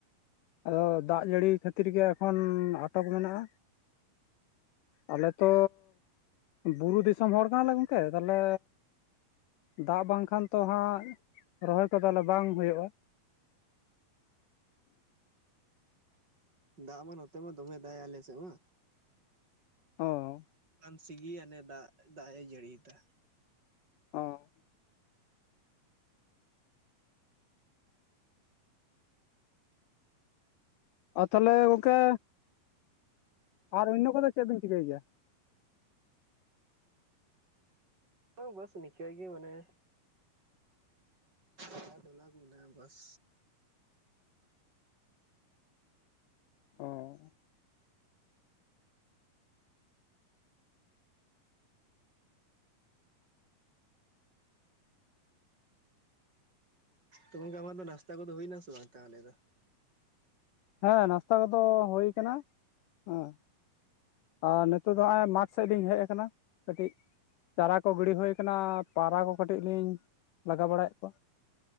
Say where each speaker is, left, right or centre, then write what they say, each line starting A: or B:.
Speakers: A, on the left (about 80°); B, on the right (about 25°).
A: ᱟᱫᱚ ᱫᱟᱜ ᱡᱟᱹᱲᱤ ᱠᱷᱟᱹᱛᱤᱨ ᱜᱮ ᱠᱷᱚᱱ ᱟᱴᱚᱠ ᱢᱮᱱᱟᱜᱼᱟ ᱟᱞᱮᱛᱚ ᱵᱩᱨᱩ ᱫᱤᱥᱚᱢ ᱦᱚᱲ ᱠᱟᱱᱟᱞᱮ ᱜᱚᱝᱠᱮ ᱛᱟᱦᱚᱞᱮ ᱫᱟᱜ ᱵᱟᱝ ᱠᱷᱟᱱ ᱛᱚ ᱦᱟᱸᱜ ᱨᱚᱦᱚᱭ ᱠᱚ ᱛᱟᱞᱮ ᱵᱟᱝ ᱦᱳᱭᱳᱜᱼᱟ <inaudible>
B: ᱫᱟᱜ ᱢᱟ ᱱᱚᱛᱮ ᱢᱟ ᱫᱚᱢᱮ ᱫᱟᱜ ᱟᱞᱮ ᱥᱮᱫ ᱢᱟ
A: ᱚ
B: ᱟᱱ ᱥᱤᱜᱤ ᱟᱱᱮ ᱫᱟᱜ ᱫᱟᱜ ᱮ ᱡᱟᱹᱲᱤ ᱫᱟ
A: ᱚ ᱟ ᱛᱟᱞᱮ ᱜᱚᱝᱠᱮ ᱟᱨ ᱚᱱᱱᱳ ᱠᱚᱫᱚ ᱪᱮᱜ ᱵᱤᱱ ᱪᱤᱠᱟᱹᱭ ᱜᱮᱭᱟ?
B: <unintelligible> ᱵᱟᱹᱥ ᱱᱤᱠᱟ ᱜᱮ ᱢᱟᱱᱮ, <unintelligible> ᱵᱟᱹᱥ
A: <unintelligible>
B: ᱛᱚ ᱜᱚᱝᱠᱮ ᱟᱢᱟᱜ ᱫᱚ ᱱᱟᱥᱛᱟ ᱠᱚᱫᱚ ᱦᱩᱭᱮᱱᱟ ᱥᱮ ᱵᱟᱝ ᱛᱟᱦᱞᱮ ᱫᱚ?
A: ᱦᱮᱸ ᱱᱟᱥᱛᱟ ᱠᱚᱫᱚ ᱦᱚᱭ ᱟᱠᱟᱱᱟ ᱦᱮᱸ, ᱟᱨ ᱱᱤᱛᱚᱜ ᱫᱚ ᱱᱚᱜᱚᱭ ᱢᱟᱴ ᱥᱮᱫ ᱞᱤᱧ ᱦᱮᱡ ᱟᱠᱟᱱᱟ ᱠᱟᱹᱴᱤᱡ ᱾ ᱪᱟᱨᱟ ᱠᱚ ᱜᱤᱲᱤ ᱦᱩᱭᱟ ᱠᱟᱱᱟ ᱯᱟᱨᱟ ᱠᱚ ᱠᱟᱹᱴᱤᱡ ᱞᱤᱧ ᱞᱟᱜᱟᱣ ᱵᱟᱲᱟᱭᱮᱜ ᱠᱚᱣᱟ ᱾